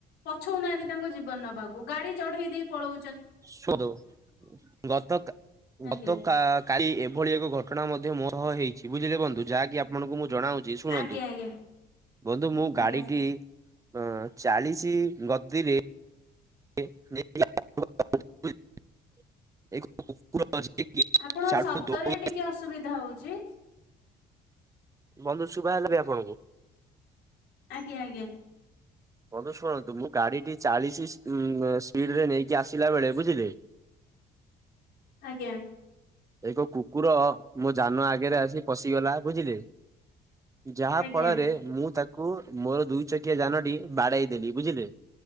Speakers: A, on the left; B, on the right.
A: ପଛୋଉନାହାନ୍ତି ତାଙ୍କ ଜୀବନ ନବାକୁ ଗାଡି ଚଢେଇ ଦେଇ ପଳାଉ
B: ସୁଦୁ ଗତ କା
A: ଆଜ୍ଞା
B: ଗତ କା କାଳୀ ଏଭଳି ଏକ ଘଟଣା ମଧ୍ୟ ମୋ ସହ ହେଇଚି ବୁଝିଲେ ବନ୍ଧୁ ଯାହାକି ଆ ଆପଣଙ୍କୁ ମୁଁ ଜଣାଉଚି ଶୁଣନ୍ତୁ
A: ଆଜ୍ଞା ଆଜ୍ଞା
B: ବନ୍ଧୁ ମୁଁ
A: ଆଜ୍ଞା
B: ଗାଡିଟି ହଁ ଚାଳିଶି ଗତିରେ <unintelligible> ଏକ କୁକୁର ଅଛି କି
A: ଆପଣଙ୍କ
B: ସିଆଡୁ
A: ଶବ୍ଦରେ
B: ଦୌଡି
A: ଟିକେ ଅସୁବିଧା ହୋଉଚି।
B: ବନ୍ଧୁ ଶୁଭା ହେଲା ବି ଆପଣଙ୍କୁ?
A: ଆଜ୍ଞା ଆଜ୍ଞା।
B: ବନ୍ଧୁ ଶୁଣନ୍ତୁ ମୁଁ ଗାଡିଟି ଚାଳିଶ ସ୍ପି ଇମ୍ ସ୍ପିଡରେ ନେଇକି ଆସିଲା ବେଳେ ବୁଝିଲେ
A: ଆଜ୍ଞା।
B: ଏକ କୁକୁର ମୋ ଯାନ ଆଗରେ ଆସି ପଶିଗଲା ବୁଝିଲେ। ଯାହା
A: ଆଜ୍ଞା
B: ଫଳରେ ମୁଁ ତାକ କୁ ମୋର ଦୁଇ ଚକିଆ ଯାନଟି ବାଡେଇ ଦେଲି। ବୁଝିଲେ